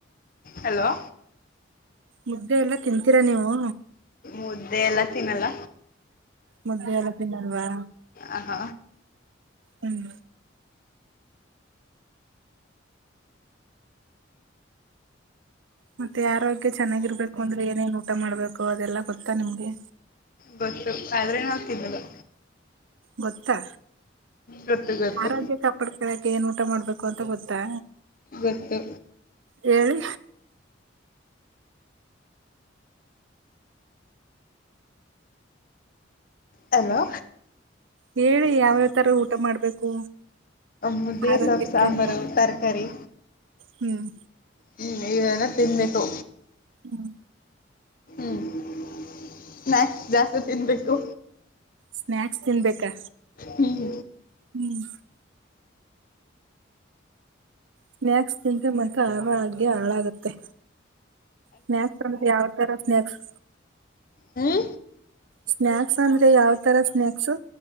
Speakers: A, on the left; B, on the right.
A: ಹಲೋ
B: ಮುದ್ದೆ ಎಲ್ಲ ತಿಂತೀರಾ ನೀವು.
A: ಮುದ್ದೆ ಎಲ್ಲ ತಿನ್ನಲ್ಲ.
B: ಮುದ್ದೆ ಎಲ್ಲ ತಿನ್ನಲ್ವಾ.
A: ಆ ಹ್
B: ಹ್ಮ್ ಮತ್ತೆ ಆರೋಗ್ಯ ಚೆನ್ನಾಗಿರ್ಬೇಕು ಅಂದ್ರೆ ಏನೇನ್ ಊಟ ಮಾಡ್ಬೇಕು ಅದೆಲ್ಲಾ ಗೊತ್ತಾ ನಿಮ್ಗೆ.
A: ಗೊತ್ತು ಆದ್ರೆ ನಾವ್ ತಿನ್ನಲ್ಲ.
B: ಗೊತ್ತಾ
A: ಗೊತ್ತು ಗೊತ್ತು
B: ಆರೋಗ್ಯ ಕಾಪಡ್ತವೆ ಏನ್ ಊಟ ಮಾಡ್ಬೇಕು ಅಂತ ಗೊತ್ತಾ.
A: ಗೊತ್ತು
B: ಹೇಳಿ
A: ಹಲೋ
B: ಹೇಳಿ ಯಾವ್ಯಾವ ತರ ಊಟ ಮಾಡ್ಬೇಕು.
A: ಮುದ್ದೆ
B: ಆರೋಗ್ಯಕ್ಕೆ
A: ಸೊಪ್ ಸಾಂಬಾರು
B: ಅಂತ
A: ತರಕಾರಿ.
B: ಹ್ಮ್
A: ಹ್ಮ್ ಇವೆಲ್ಲ ತಿನ್ಬೇಕು.
B: ಹ್ಮ್
A: ಹ್ಮ ಸ್ನ್ಯಾಕ್ಸ್ ಜಾಸ್ತಿ ತಿನ್ಬೇಕು.
B: ಸ್ನ್ಯಾಕ್ಸ್ ತಿನ್ಬೇಕಾ.
A: ಹ್ಮ್
B: ಹ್ಮ್ ಸ್ನ್ಯಾಕ್ಸ್ ತಿಂದ್ರೆ ಮಾತ್ರ ಆರೋಗ್ಯ ಹಾಳಾಗುತ್ತೆ. ಸ್ನ್ಯಾಕ್ಸ್ ಅಂದ್ರೆ ಯಾವ ತರ ಸ್ನ್ಯಾಕ್ಸ್.
A: ಹ್ಮ
B: ಸ್ನ್ಯಾಕ್ಸ್ ಅಂದ್ರೆ ಯಾವ ತರ ಸ್ನ್ಯಾಕ್ಸು.